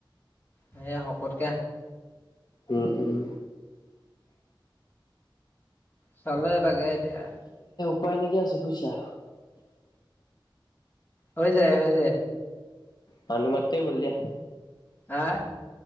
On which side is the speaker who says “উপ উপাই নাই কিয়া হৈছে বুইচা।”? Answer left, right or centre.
Left